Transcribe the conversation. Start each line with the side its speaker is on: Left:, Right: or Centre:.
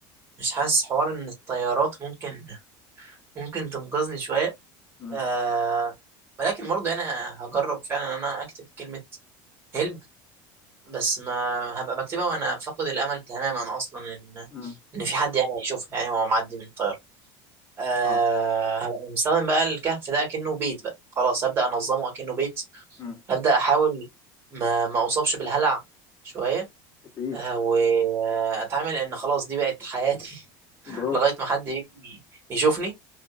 Right: مش حاسس حوار ان الطيارات ممكن ممكن تنقذني شويه
Left: امم
Right: أه ولكن برضه انا هجرب فعلا ان انا اكتب كلمه هلب بس ما هبقى بكتبها وانا فاقد الامل تماما اصلا ان
Left: امم
Right: ان في حد يعني هيشوفها يعني وهو معدي من الطياره أه
Left: اه
Right: هبقى مستخدم بقى الكهف ده كأنه بيت بقى خلاص هبدأ انظمه كأنه بيت
Left: امم
Right: ابدا احاول ما ما اصابش بالهلع شويه
Left: اكيد
Right: آه، واتعامل ان خلاص دي بقت حياتي <laughs>
Left: برافو
Right: لغايه ما حد يجي يشوفني